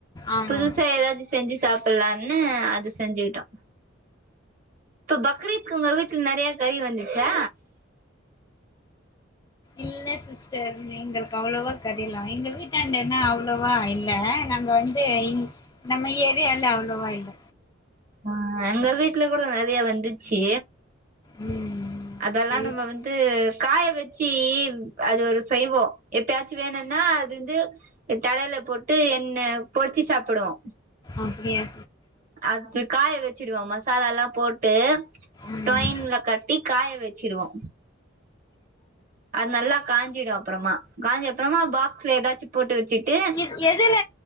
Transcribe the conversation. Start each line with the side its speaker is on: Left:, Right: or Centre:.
Left: ஆமா
Right: புதுசா எதாச்சு செஞ்சு சாப்புல்லான்னு அது செஞ்சுட்டோ ப்ப பக்ரீத்க்கு உங்க வீட்ல நறைய கறி வந்துச்சா
Left: இல்ல சிஸ்டர் நீங்களுக்கு அவ்வளோவா கறில்லா எங்க வீட்டாண்ட என்ன அவ்ளோவா இல்ல நாங்க வந்து இந் நம்ம ஏரியால்ல அவ்வளோவா இல்ல
Right: அ எங்க வீட்டுல கூட நறைய வந்துச்சி
Left: ம்
Right: அதல்லா
Left: சரி
Right: நம்ம
Left: சிஸ்-
Right: வந் து காய வெச்சி வ் அது ஒரு செய்வோ எப்பயாச்சு வேணுன்னா அது ந்து தடய்ல போட்டு என்ன பொற்ச்சி சாப்புடுவோ
Left: அப்புடிய
Right: அத்து காய வெச்சுடுவோ மசாலால்லா போட்டு
Left: ம்
Right: டொயின்ல கட்டி காய வெச்சுடுவோ அது நல்லா காஞ்சிடு அப்றமா காஞ்ச அப்புறமா பாக்ஸ்ல எதாச்சுப் போட்டு வெச்சிட்டு
Left: இக் எதுல்ல